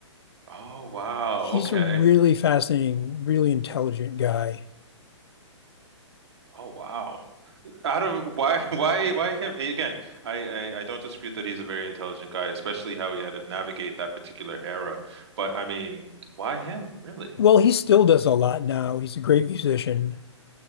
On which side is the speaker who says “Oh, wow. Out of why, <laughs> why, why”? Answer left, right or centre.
Right